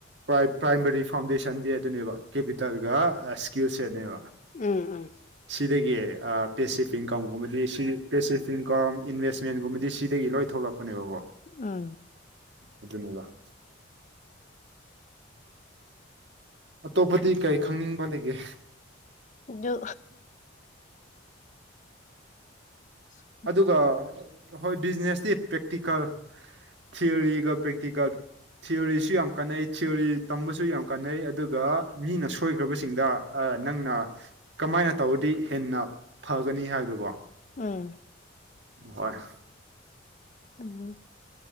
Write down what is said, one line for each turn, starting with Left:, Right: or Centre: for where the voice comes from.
Right: ꯄ꯭ꯔꯥꯏ ꯄ꯭ꯔꯥꯏꯃꯔꯤ ꯐꯥꯎꯟꯗꯦꯁꯟ ꯗꯦ ꯑꯗꯨꯅꯦꯕ ꯀꯦꯄꯤꯇꯜꯒ ꯏꯁꯀꯤꯜ ꯁꯦꯠꯅꯦꯕ
Left: ꯎꯝ ꯎꯝ
Right: ꯁꯤꯗꯒꯤ ꯑꯥ ꯄꯦꯁꯤꯐ ꯏꯟꯀꯝꯒꯨꯝꯕꯗꯤ ꯄꯦꯁꯤꯐ ꯏꯟꯀꯝ ꯏꯟꯚꯦꯁꯃꯦꯟꯒꯨꯝꯕꯗꯤ ꯁꯤꯗꯒꯤ ꯂꯣꯏ ꯊꯣꯛꯂꯛꯄꯅꯦꯕꯀꯣ
Left: ꯎꯝ
Right: ꯑꯗꯨꯅꯤꯗ ꯑꯇꯣꯞꯄꯗꯤ ꯀꯔꯤ ꯈꯪꯅꯤꯡꯕ ꯂꯩꯒꯦ
Left: ꯑꯗꯨ <inaudible>
Right: ꯑꯗꯨꯒ ꯍꯣꯏ ꯕꯤꯖꯤꯅꯦꯁꯇꯤ ꯄ꯭ꯔꯦꯛꯇꯤꯀꯦꯜ ꯊꯤꯌꯣꯔꯤꯒ ꯄ꯭ꯔꯦꯛꯇꯤꯀꯦꯜ ꯊꯤꯌꯣꯔꯤꯁꯨ ꯌꯥꯝ ꯀꯥꯟꯅꯩ ꯊꯤꯌꯣꯔꯤ ꯇꯝꯕꯁꯨ ꯌꯥꯝ ꯀꯥꯟꯅꯩ ꯑꯗꯨ ꯒ ꯃꯤꯅ ꯁꯣꯏ ꯒ꯭ꯔꯕ ꯁꯤꯡꯗ ꯑꯥ ꯅꯪꯅ ꯀꯃꯥꯏꯅ ꯇꯧꯔꯗꯤ ꯍꯦꯟꯅ ꯐꯒꯅꯤ ꯍꯥꯏꯕꯗꯨꯀꯣ
Left: ꯎꯝ
Right: ꯍꯣꯏ
Left: ꯎꯝ